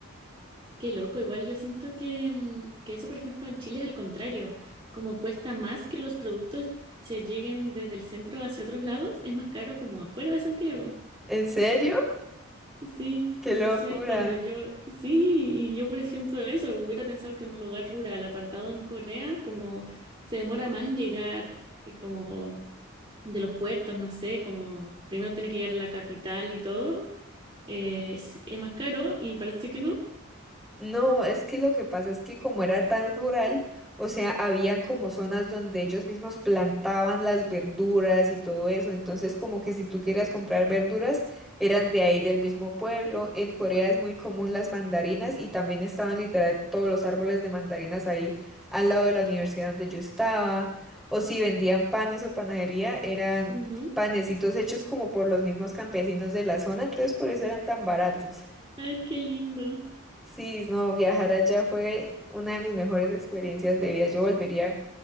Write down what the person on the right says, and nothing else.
qué loco. Igual yo siento que, mm, que eso, por ejemplo, en Chile es al contrario. Como cuesta más que los productos se lleguen desde el centro hacia otros lados, es más caro como afuera de Santiago.
Sí,
entonces
cuando yo, sí, y yo por ejemplo eso, hubiera pensado que en un lugar rural, apartado en Corea, como se demora más en llegar, que como de los puertos, no sé, como primero tiene que llegar a la capital y todo, eh, es, es más caro y parece que no.
Ujú.
Ay, qué lindo.